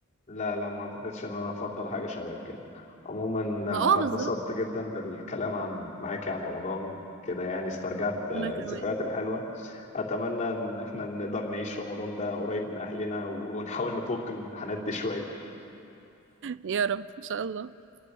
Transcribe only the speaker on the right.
ما
اه
بالظبط
انا كمان
يا رب ان شاء الله